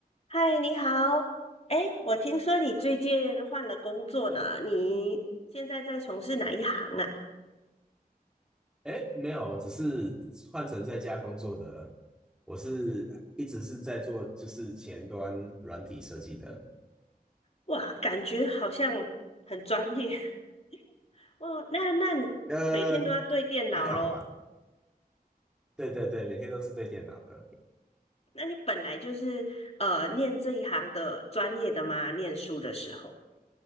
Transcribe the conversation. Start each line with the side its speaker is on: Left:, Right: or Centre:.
Left: 嗨，你好。哎，我听说你最近换了工作呢，你现在在从事哪一行啊？
Centre: 哎，没有，只是换成在家工作的。我是一直是在做就是前端软体设计的，
Left: 哇，感觉好像很专业。<laughs> 哦。那那你每天都要对电脑咯。
Centre: 呃，还好吧。对对对，每天都是对电脑的。
Left: 那你本来就是呃念这一行的专业的吗？念书的时候？